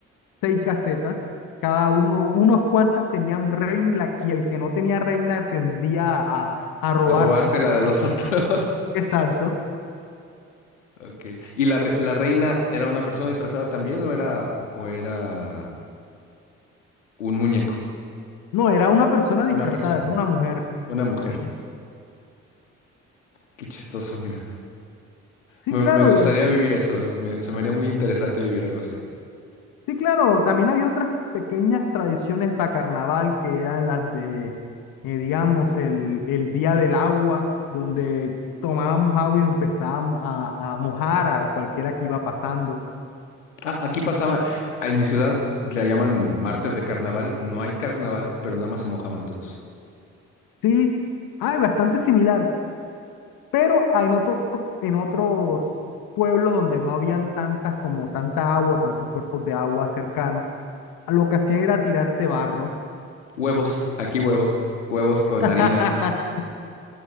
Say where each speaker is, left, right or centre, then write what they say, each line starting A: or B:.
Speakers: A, on the left (about 65°); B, on the left (about 80°).
A: seis casetas. Cada uno, unos cuantas tenían reina y, la, y el que no tenía reina tendía a, a robársela.
B: A robársela de los <laughs> otros.
A: Exacto.
B: Ok. ¿Y la, re- la reina era una persona disfrazada también o era... o era... Un muñeco,
A: No, era una persona disfrazada,
B: una persona,
A: era una mujer.
B: una mujer.
A: Sí.
B: Qué chistoso, mira.
A: Sí,
B: Me,
A: claro,
B: me gustaría
A: y
B: vivir eso. me- se me haría muy interesante vivir algo así.
A: Sí, claro, también había otras pequeñas tradiciones para carnaval que eran las de, eh, digamos, el, el día del agua, donde tomábamos agua y nos empezábamos a, a mojar a cualquiera que iba pasando.
B: Ah, aquí pasaba, en mi ciudad la llaman el martes de carnaval. No hay carnaval, pero nada más se mojaban todos.
A: Sí, hay bastante similar, pero hay en otros, en otros pueblos donde no habían tantas como tanta agua, tantos cuerpos de agua cercanos, lo que hacían era tirarse barro.
B: Huevos, aquí huevos, huevos con
A: <laughs>
B: harina